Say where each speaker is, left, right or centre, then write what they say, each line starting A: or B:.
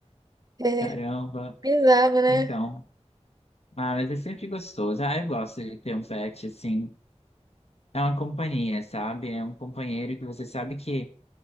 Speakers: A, on the right; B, on the left.
A: É
B: caramba.
A: bizarro, né?
B: Então, ah, mas é sempre gostoso. Ah, eu gosto de ter um pet, assim. É uma companhia, sabe? É um companheiro que você sabe que